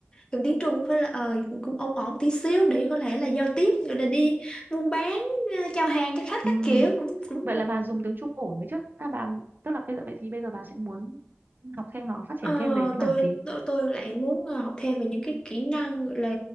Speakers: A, on the left; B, on the right.
A: dùng tiếng Trung cũng phải là ờ, cũng ổn ổn tí xíu để có thể là giao tiếp gọi là đi buôn bán ờ, chào hàng cho khách
B: ừm.
A: các kiểu cũng cũng
B: Vậy là bà dùng tiếng Trung ổn đấy chứ? À, bà, tức là bây giờ vậy thì bây giờ bà sẽ muốn học thêm hoặc phát triển
A: Ờ,
B: thêm về cái mảng
A: tôi,
B: gì?
A: tôi tôi lại muốn ờ, học thêm về những cái kỹ năng gọi là